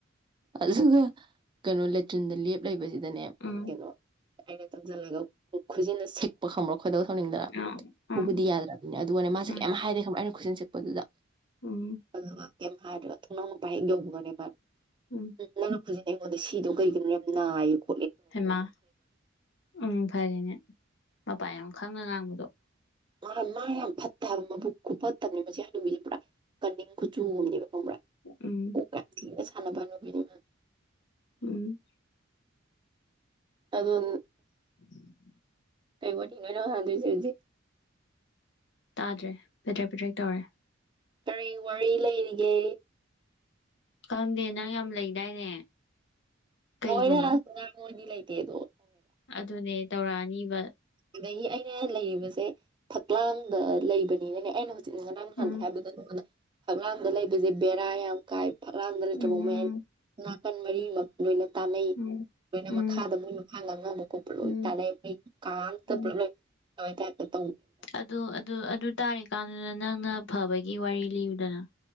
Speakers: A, on the right; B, on the left.
A: ꯑꯗꯨꯒ ꯀꯩꯅꯣ ꯂꯦꯇ꯭ꯔꯤꯟꯗ ꯂꯦꯞ ꯂꯩꯕꯁꯤꯗ ꯑꯗꯨꯅꯦ
B: ꯎꯝ
A: ꯀꯩꯅꯣ ꯑꯩꯅ ꯇꯧꯁꯤꯜꯂꯒ ꯈꯨꯖꯤꯟꯅ ꯁꯛꯄ ꯈꯝꯔꯛꯄ ꯑꯩꯈꯣꯏꯗꯧ ꯊꯧꯅꯤꯡꯗꯅ
B: ꯎꯝ
A: ꯐꯨꯕꯗꯤ
B: ꯎꯝ
A: ꯌꯥꯗ꯭ꯔꯕꯅꯤ ꯑꯗꯨ ꯑꯣꯏꯅꯦ ꯃꯥꯁꯦ
B: ꯎꯝ
A: ꯀ ꯍꯥꯏꯗꯔꯦꯃꯥꯏ ꯈꯨꯁꯤꯟ ꯆꯤꯛꯄꯗꯨꯗ
B: ꯎꯝ
A: ꯑꯗꯒ ꯀꯩꯝ ꯍꯥꯏꯗ꯭ꯔꯒ ꯊꫭꯡꯅꯧ ꯃꯥꯄꯥ ꯍꯦꯛ ꯌꯧꯕꯒꯅꯦꯕ <unintelligible>
B: ꯎꯝ
A: ꯍꯧꯖꯤꯛꯅ ꯑꯩꯉꯣꯟꯗ ꯁꯤꯗꯣ ꯀꯩꯒꯤꯅꯣ ꯌꯥꯝ ꯅꯥꯏꯌꯦꯀꯣ
B: ꯍꯩꯃꯥ ꯎꯝ ꯐꯔꯅꯦ ꯄꯥꯌꯥꯝ ꯈꯪꯅ ꯉꯥꯡꯕꯗꯣ
A: ꯃꯥ ꯃꯥ ꯌꯥꯝ ꯐꯠꯇꯕ ꯃꯕꯨꯛ ꯈꯨꯐꯠꯇꯕꯅꯦ ꯃꯁꯤ ꯍꯅꯨꯕꯤꯁꯦ ꯄꯨꯔꯥ ꯀꯅꯤꯡ ꯈꯨꯆꯨ ꯑꯃꯅꯦꯕ ꯈꯪꯕ꯭ꯔꯥ
B: ꯎꯝ
A: ꯀꯣꯛꯀ ꯌꯥꯝ ꯊꯤꯅ ꯁꯥꯟꯅꯕ <unintelligible>
B: ꯎꯝ
A: ꯑꯥꯗꫭ
B: <inaudible>
A: ꯀꯩ ꯋꯥꯔꯤꯅꫭ ꯁꯥꯟꯅꯗꫭꯏꯖꯦ ꯍꯧꯖꯤꯛ
B: ꯇꯥꯗ꯭ꯔꯦ ꯄꯦꯗ꯭ꯔꯦꯛ ꯄꯦꯗ꯭ꯔꯦꯛ ꯇꯧꯔꯦ
A: ꯀꯔꯤ ꯋꯥꯔꯤ ꯂꯩꯔꯤꯒꯦ
B: ꯈꯪꯗꯦ ꯅꯪ ꯌꯥꯝ ꯂꯩꯗꯥꯏꯅꯦ ꯀꯩꯅꯣ
A: ꯊꯣꯏꯋꫭꯏꯅ <unintelligible> ꯉꯥꯡꯉꫭꯗꯤ ꯂꯩ ꯇꯦꯗꯣ
B: ꯑꯗꯨꯅꯦ ꯇꯧꯔꯛꯑꯅꯤꯕ
A: ꯑꯗꯒꯤ ꯑꯩꯅ ꯂꯩꯔꯤꯕꯁꯦ ꯐꯛꯂꯥꯝꯗ ꯂꯩꯕꯅꯤꯅꯅꯦ ꯑꯩꯅ ꯉꯔꯥꯡ ꯅꯍꯥꯟꯗ
B: ꯎꯝ
A: ꯍꯥꯏꯕꯗꫭ ꯐꯛꯂꯡꯗꯥ ꯂꯩꯕꯁꯦ ꯕꯦꯔꯥ ꯌꯥꯝ ꯀꯥꯏꯕ ꯐꯛꯂꯡꯗ ꯂꯩꯇꯕꯥꯎ
B: ꯎꯝ
A: ꯃ <unintelligible> ꯀꯟ ꯃꯔꯤꯃꯛ ꯂꯣꯏꯅ ꯇꯥꯟꯅꯩ
B: ꯎꯝ
A: ꯂꯣꯏꯅ
B: ꯎꯝ
A: ꯃꯈꯥꯗ ꯃꯣꯏ ꯃꯈꯥ ꯉꯥꯡꯉꯅꯕ ꯈꯣꯠꯄ ꯂꯣꯏ
B: ꯎꯝ
A: ꯇꯥꯟꯅꯩ ꯃꯣꯏ ꯀꯥꯑꯝꯇ
B: ꯎꯝ
A: ꯄꯨꯂꯞ ꯇꯕꯩ ꯇꯥꯏꯝ ꯇ
B: ꯑꯗꯨ ꯑꯗꯨ ꯑꯗꯨ ꯇꯥꯔꯤꯀꯥꯟꯗꯨꯗ ꯅꯪꯅ ꯐꯕꯒꯤ ꯋꯥꯔꯤ ꯂꯤꯌꯨꯗꯅ